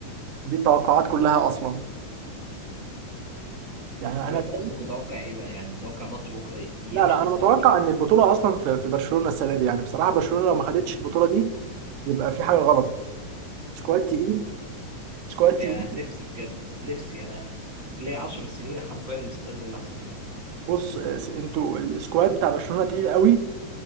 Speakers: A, on the right (about 75°); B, on the right (about 50°).
A: دي التوقعات كلها اصلا يعني
B: طب
A: انا
B: انت اصلا
A: شايف-
B: متوقع ايه بقى يعني متوقع ماتش بكره ي- يمشي
A: لا لا انا
B: ازاي
A: متوقع ان البطولة اصلا في في برشلونة السنة دي يعني بصراحة برشلونة لو ما خدتش البطولة دي يبقى في حاجة غلط سكواد تقيل سكواد تقيل
B: يا نفسي بجد نفسي انا ليا 10 سنين حرفيا مستني اللحظه دي
A: بص آه، انتوا السكواد بتاع برشلونة تقيل قوي